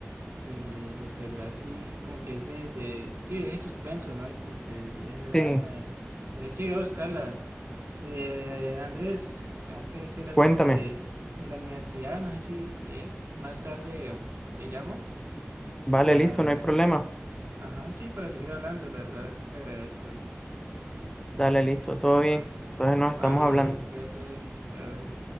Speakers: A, on the right; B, on the left.
A: eh, porque la verdad, sí, como que es de, de, sí, deje suspenso, ¿no? Y como que deje drama.
B: Sí,
A: eh. Entonces, sí, voy a buscarla. Eh, Andrés, tengo que hacer algo
B: cuéntame.
A: de, de la universidad. No sé si eh, más tarde te llamo
B: Vale,
A: para...
B: listo, no hay problema.
A: Ajá, sí, para seguir hablando, la verdad. Te agradezco.
B: Dale, listo, todo bien. Entonces nos
A: Vale,
B: estamos hablando.
A: cuídate. Chao.